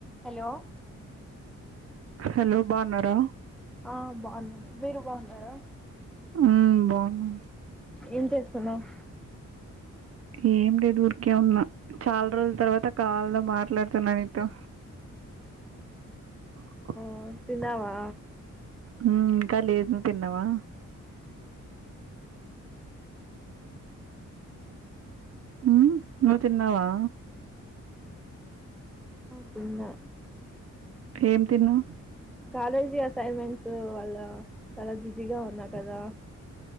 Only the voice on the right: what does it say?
hello బాన్నారా
హ్మ్ బోనాను
ఏమి లేదు ఊరికే ఉన్నా చాలా రోజుల తర్వాత కాల్లో మాట్లాడుతున్నాను నితో అ
అ ఇంకా లేదు నువ్ తిన్నావా ఉ నువ్వు తిన్నావా
ఏం తిన్నావ్